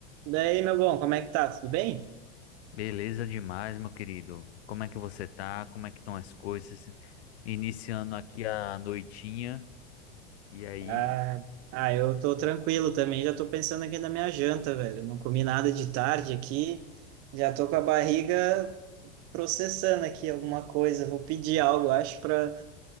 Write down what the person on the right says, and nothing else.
Daí, meu bom, como é que tá? Tudo bem?
Ah, ah, eu tô tranquilo também, já tô pensando aqui na minha janta, velho. Não comi nada de tarde aqui, já tô com a barriga processando aqui alguma coisa. Vou pedir algo, acho, pra